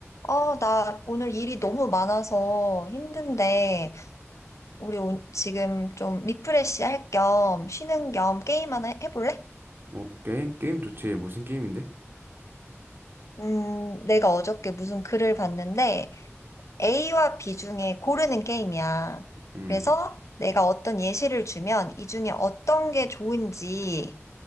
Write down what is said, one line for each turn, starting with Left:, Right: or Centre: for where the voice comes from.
Left: 아, 나 오늘 일이 너무 많아서 힘든데, 우리 오- 지금 좀 리프레시 할 겸 쉬는 겸 게임 하나 해- 해볼래?
Right: 어, 게임, 게임 좋지. 무슨 게임인데?
Left: 음, 내가 어저께 무슨 글을 봤는데, A와 B 중에 고르는 게임이야.
Right: 음,
Left: 그래서 내가 어떤 예시를 주면 이 중에 어떤 게 좋은지